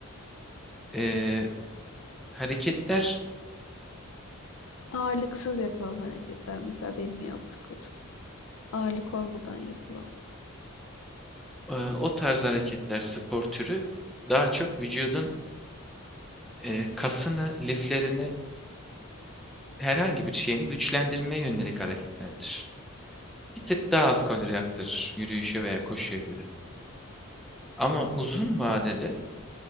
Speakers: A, in the centre; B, on the left.
A: Ee, hareketler,
B: Ağırlıksız yapılan hareketler mesela benim yaptıklarım. Ağırlık olmadan yapılan.
A: e, o tarz hareketler, spor türü daha çok vücudun e, kasını, liflerini, herhangi bir şeyini güçlendirmeye yönelik hareketlerdir. Bir tık daha az kalori yaktırır yürüyüşe veya koşuya göre. Ama uzun vadede